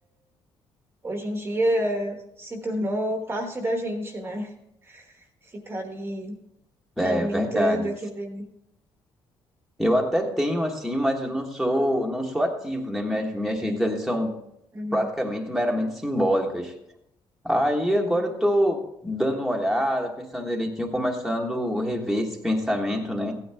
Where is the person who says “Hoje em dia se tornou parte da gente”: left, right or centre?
Right